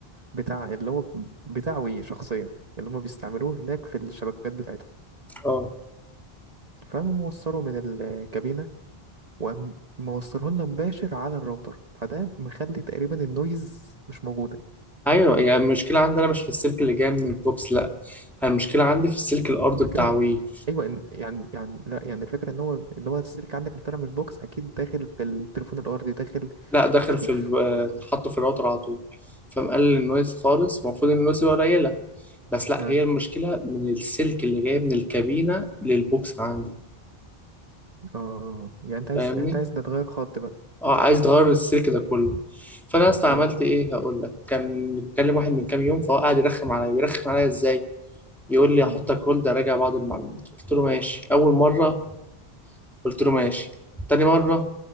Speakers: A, on the right; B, in the centre.
A: بتاع اللي هو بتاع وي شخصيا اللي هما بيستعملوه هناك في الشبكات بتاعتهم
B: اه
A: فقام موصله من الكابينة وقام موصله لنا مباشر على الراوتر فده مخلي تقريبا النويز مش موجود
B: ايوه يعني المشكله عندي انا مش في السلك اللي جاي من البوكس لا أنا المشكله عندي في السلك الارضي
A: المشكله
B: بتاع وي
A: ايوه إن يعني يعني لا يعني الفكره ان هو اللي هو السلك عندك اللي طالع من البوكس اكيد داخل في التليفون الارضي داخل
B: لا داخل
A: في,
B: في
A: في...
B: ال... حطه في الراوتر على طول فمقلل النويز خالص المفروض إن النويز يبقى قليله بس لا
A: اه
B: هي المشكله من السلك اللي جاي من الكابينه للبوكس عندي
A: اه يعني انت عايز
B: فاهمني
A: انت عايز ده تغير خط بقى
B: اه عايز تغير السلك ده كله فانا اصلا
A: ايوه
B: عملت ايه هقول لك كان بكلم واحد من كام يوم فهو قاعد يرخم عليا بيرخم عليا ازاي يقول لي
A: امم
B: هحطك هولد راجع بعض المعلومات قلت له ماشي اول مره قلت له ماشي تاني مره